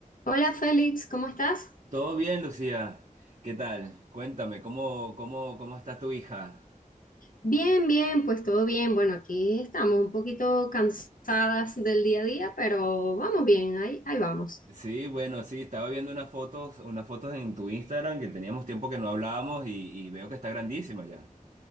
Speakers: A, on the left; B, on the right.
A: Hola Félix, ¿cómo estás?
B: Todo bien, Lucía. ¿Qué tal? Cuéntame, ¿cómo, cómo, cómo está tu hija?
A: Bien, bien, pues todo bien. Bueno, aquí estamos un poquito cansadas del día a día, pero vamos bien, ahí, ahí vamos.
B: Sí, bueno, sí, estaba viendo unas fotos, unas fotos en tu Instagram que teníamos tiempo que no hablábamos y, y veo que está grandísima ya.